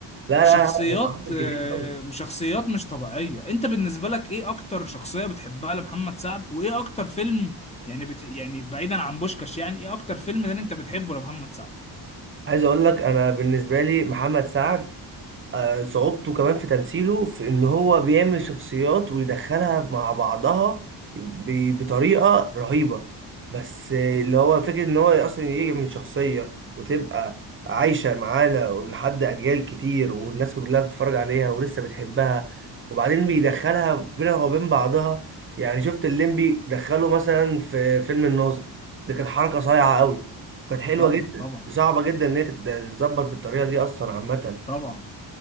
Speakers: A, on the right; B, on the left.
A: لا لا
B: شخصيات
A: لا هو عامل
B: آه،
A: كتير قوي
B: شخصيات مش طبيعية انت بالنسبة لك ايه اكتر شخصية بتحبها لمحمد سعد وايه اكتر فيلم يعني بت... يعني بعيدا عن بوشكاش يعني ايه اكتر فيلم تاني انت بتحبه لمحمد سعد
A: عايز اقول لك انا بالنسبة لي محمد سعد آه، صعوبته كمان في تمثيله في ان هو بيعمل شخصيات ويدخلها مع بعضها ب- بطريقة رهيبة بس آه، اللي هو فكرة ان هو اصلا يجي من شخصية وتبقى عايشة معانا لحد اجيال كتير والناس كلها بتتفرج عليها ولسه بتحبها وبعدين بيدخلها بينها وبين بعضها يعني شفت الليمبي دخله مثلا في فيلم الناظر ده كانت حركة صايعة قوي كانت حلوة
B: طبعا
A: جدا
B: طبعا
A: صعبة جدا ان هي تت- تتظبط بالطريقة دي اصلا عامة
B: طبعا